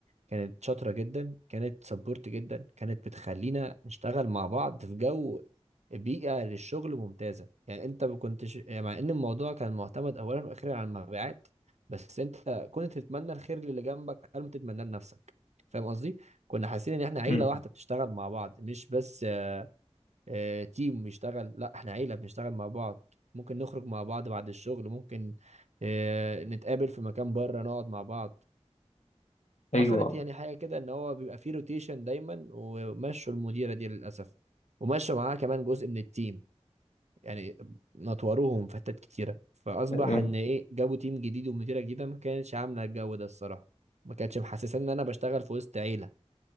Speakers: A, on the right; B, on the left.
A: كانت شاطرة جدا كانت سبورت جدا كانت بتخلينا نشتغل مع بعض في جو بيئة للشغل ممتازة يعني انت ما كنتش يعني مع ان الموضوع كان معتمد اولا واخيرا على المبيعات بس انت كنت تتمنى الخير للي جنبك قبل ما تتمناه لنفسك فاهم قصدي؟ كنا حاسين ان احنا عيلة
B: مم.
A: واحدة بتشتغل مع بعض مش بس آه، تيم بيشتغل لا احنا عيلة بنشتغل مع بعض ممكن نخرج مع بعض بعد الشغل ممكن آه، نتقابل في مكان بره نقعد مع بعض
B: ايوه
A: حصلت يعني حاجه كده ان هو بيبقى فيه روتيشن دايما ومشوا المديره دي للاسف ومشوا معاها كمان جزء من التيم يعني نطوروهم في حتت كتيره فاصبح
B: أيوة.
A: ان ايه جابوا تيم جديد ومديره جديده ما كانتش عامله الجو ده الصراحه ما كانتش محسسه ان انا بشتغل في وسط عيله